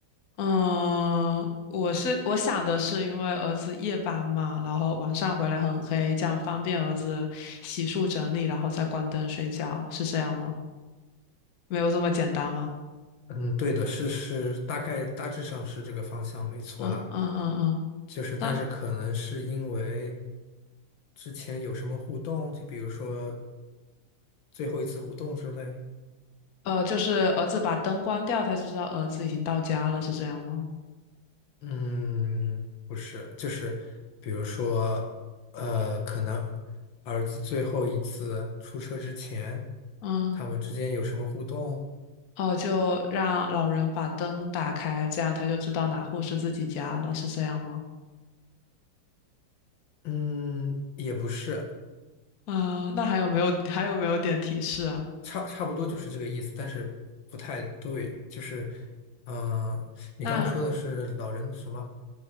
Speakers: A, on the left; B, on the left.
A: 嗯，我是我想的是，因为儿子夜班嘛，然后晚上回来很黑，这样方便儿子洗漱整理，然后再关灯睡觉，是这样吗？没有这么简单吗？
B: 嗯，对的，是是，大概大致上是这个方向没错啦。
A: 嗯嗯嗯嗯，
B: 就是，但是可能是因为。
A: 那
B: 之前有什么互动？就比如说最后一次互动之类。
A: 呃，就是儿子把灯关掉，他就知道儿子已经到家了，是这样吗？
B: 嗯，不是，就是比如说，呃，可能儿子最后一次出车之前，
A: 嗯。
B: 他们之间有什么互动？
A: 哦，就让老人把灯打开，这样他就知道哪户是自己家了，是这样吗？
B: 嗯，也不是，
A: 啊、那还有没有还有没有点提示啊？
B: 差差不多就是这个意思，但是不太对。就是，嗯、你刚刚说的是老人什么？
A: 那